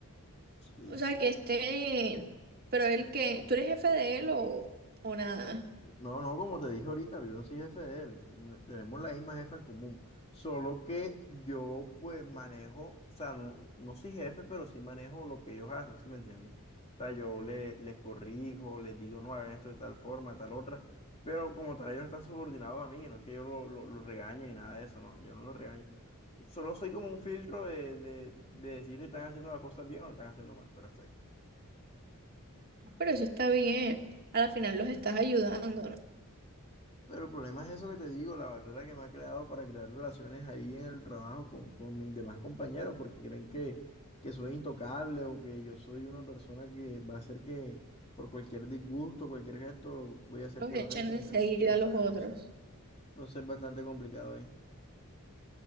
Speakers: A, on the left; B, on the right.
A: Sí,
B: o
A: sí.
B: sea, que esté, pero él que, ¿tú eres jefe de él o, o nada?
A: No, no, como te dije ahorita, yo no soy jefe de él. n- Tenemos la misma jefa en común. Solo que yo, pues, manejo, o sea, no, no soy jefe, pero sí manejo lo que ellos hacen, ¿sí me entiendes? O sea, yo le, les corrijo, les digo, no, hagan esto de tal forma, de tal otra. Pero como tal, ellos no están subordinados a mí, no es que yo lo, lo, lo regañe ni nada de eso, no, yo no lo regaño. Solo soy como un filtro de, de, de decir si están haciendo las cosas bien o no están haciendo mal, pero hasta ahí.
B: Ah, Pero eso está bien. A la final los estás ayudando, ¿no?
A: Pero el problema es eso que te digo, la barrera que me ha creado para crear relaciones ahí en el trabajo con, con mis demás compañeros, porque creen que, que soy intocable o que yo soy una persona que va a hacer que por cualquier disgusto, cualquier gesto, voy a hacer
B: Los
A: que
B: echan
A: los echen
B: enseguida
A: y no. Exacto,
B: a los otros.
A: exacto. Entonces es bastante complicado ahí.